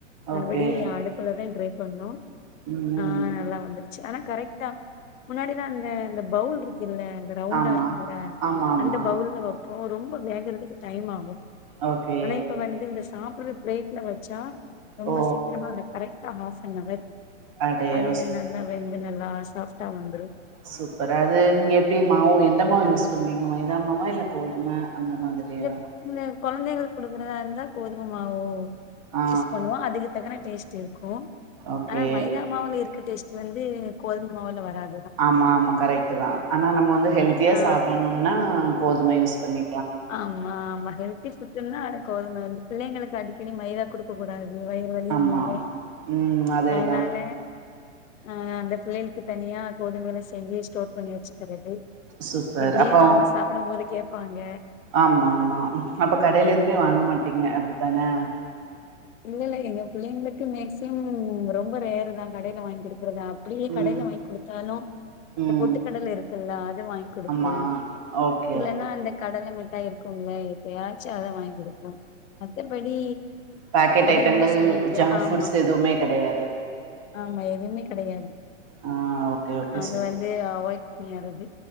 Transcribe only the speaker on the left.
மறுபடி
<unintelligible> ட்ரை பண்ணோ
ஆ நல்லா வந்துரு. ஆனா கரெக்டா முன்னாடி தான், அந்த பவுல் இர். ல்ல ரவுண்டா
இருக்கும்ல,
அந்த பவுல்ல வப்போம் ரொம்ப வேகறதுக்கு டைம் ஆகும்.
ஆனா இப்ப வந்து இந்த சாப்.. <unintelligible> ப்ளேட்ல வச்சா. ரொம்ப
சிக்.. <unintelligible> ஹாஃப் அன் வர்
அதுே நல்ல. வெந்து நல்லா, சாப்ட்டா வந்துரு.
இந்த இந்த கொழந்தைகளுக்கு குடுக்கிறதா இருந்தா கோதுமை மாவோ
யூஸ் பண்ணுவோம் அதுக்கு தக்கன டேஸ்ட் த்திருக்கும்
ஆனா மைதா மாவுல இருக்க டேஸ்ட் வந்து கோதுமை மாவுல வராது
ஆ
ஆமா ஆமா ஹெல்த்தி ஃபுட்னா அது கோதுமை பிள்ளைங்களுக்கு அடிக்கடி மைதா குடுக்கக்கூடாது வயிறு வலிங்க
அதனால ஆ அந்த பிள்ளைகளுக்கு தனியா கோதுமைையில செஞ்சு ஸ்டோர் பண்ணி வச்சிக்கிறது
எப்பிடியும்
நாம சாப்பிடும் போது கேப் பாங்க
இல்ல இல்ல எங்க பிள்ளைங்களுக்கு மேக்சிமம் ரொம்ப ரேரு தான் கடையில வாங்கி குடு அப்பிடியே
கடைல வாங்கி கூடுத்தாலும் இந்த
பொட்டுக்கடல இருக்க கில்லா வாங்கி குடுப்போம்
இல்லலைன்னா
அந்த கடலை மிட் இருக்கும் இல்ல எப்பயாச்சும் அதை வாங்கி குடுப்பேன் ம்ம் மத்தபடி
கடைலன்னு
சொல்லிட்டு
ஆமா
ஆமா எதுவுமே கெடையாது
அது
வந்து அவாய்ட் பண்ணியறியது